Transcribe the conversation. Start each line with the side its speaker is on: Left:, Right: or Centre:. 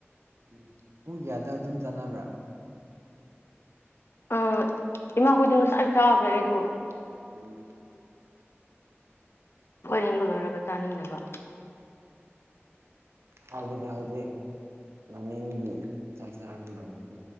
Right: ꯎꯝ ꯄꯨꯡ ꯀꯌꯥꯗ ꯑꯗꯨꯝ ꯆꯥꯟꯅꯕ꯭ꯔꯥ
Left: ꯑ ꯏꯃꯥꯈꯣꯏꯗꯤ ꯉꯁꯥꯏ ꯆꯥꯈ꯭ꯔꯦ ꯑꯩꯗꯣ
Right: ꯎ
Left: ꯋꯥꯔꯦꯡꯕ ꯂꯣꯏꯔꯒ ꯆꯥꯅꯤꯡꯅꯕ
Right: ꯍꯗꯥꯎꯗ ꯂꯧꯅꯤꯡꯡꯗꯤ ꯆꯥꯛ ꯆꯥꯔ ꯂꯧꯅꯦꯗꯤ